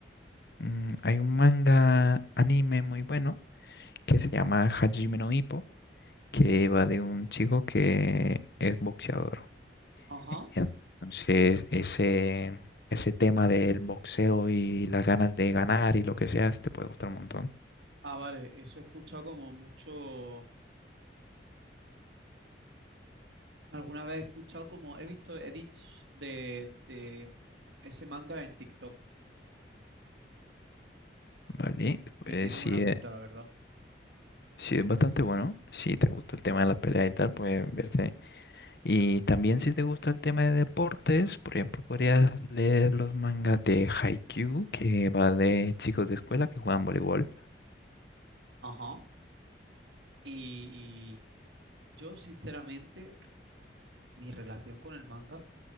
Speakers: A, on the left; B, on the right.
A: mm, hay un manga anime muy bueno que se llama Hajime no Ippo que va de un chico que es boxeador.
B: Ajá.
A: E-, Entonces, ese, ese tema del boxeo y las ganas de ganar y lo que sea, te puede gustar un montón.
B: Ah, vale. Eso he escuchado como mucho. Alguna vez he escuchado como he visto edits de, de ese manga en TikTok
A: Vale, pues
B: y tiene
A: sí,
B: buena pinta,
A: es,
B: la verdad.
A: sí es bastante bueno. Si te gusta el tema de la pelea y tal, pues verte. Y también si te gusta el tema de deportes, por ejemplo, podrías leer los mangas de Haikyuu, que va de chicos de escuela que juegan voleibol.
B: Ajá. Y, y yo, sinceramente, mi relación con el manga